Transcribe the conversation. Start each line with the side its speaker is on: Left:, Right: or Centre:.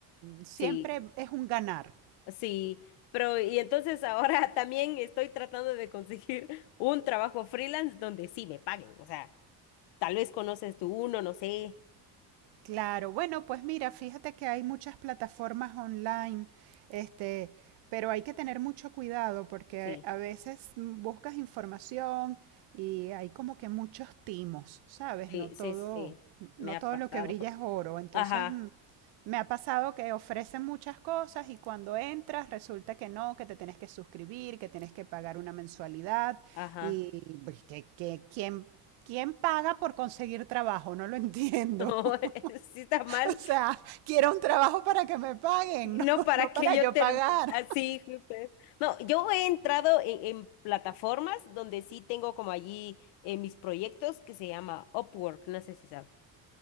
Right: Siempre
Left: Sí.
Right: es un ganar.
Left: Sí, pero y entonces ahora <laughs> también estoy tratando de conseguir <laughs> un trabajo freelance donde sí me paguen. O sea, tal vez conoces tú uno, no sé.
Right: Claro, bueno, pues mira, fíjate que hay muchas plataformas online, este, pero hay que tener mucho cuidado porque
Left: Sí,
Right: a veces mm, buscas información y hay como que muchos timos, ¿sabes?
Left: sí,
Right: No todo,
Left: sí, sí. Me
Right: no
Left: ha
Right: todo
Left: pasado.
Right: lo que brilla es oro. Entonces,
Left: Ajá,
Right: mm, me ha pasado que ofrecen muchas cosas y cuando entras resulta que no, que te tienes que suscribir, que tienes que pagar una mensualidad
Left: ajá.
Right: y
Left: <laughs>
Right: pues, que, que ¿quién, quién paga por conseguir trabajo? No lo entiendo.
Left: No,
Right: <laughs>
Left: sí está mal.
Right: <laughs> O sea, quiero un trabajo para que me paguen,
Left: Y
Right: <laughs> no,
Left: No para
Right: no
Left: que
Right: para
Left: yo
Right: yo
Left: termine
Right: pagar.
Left: así, justo es. No, yo he entrado en, en plataformas donde sí tengo como allí eh, mis proyectos que se llama Upwork. No sé si sabes.